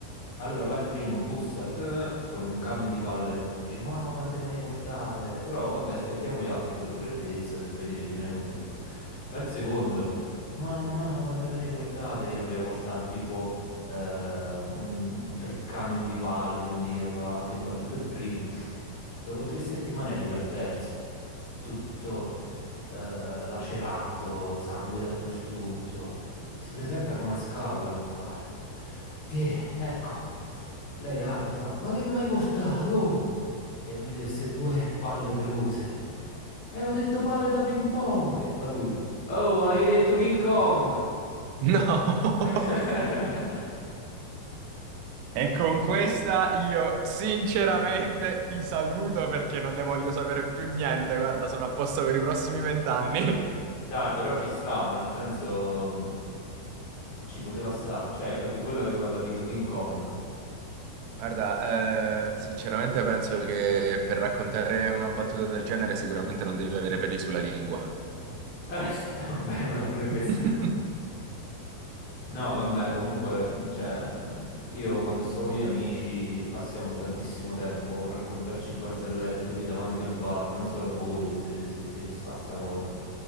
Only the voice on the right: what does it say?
no.
E con questa io sinceramente ti saluto perché non ne voglio sapere più niente. Guarda, sono a posto per i prossimi vent'anni.
Guarda, eh, sinceramente penso che per raccontare una battuta del genere sicuramente non devi avere peli sulla lingua.
<laughs>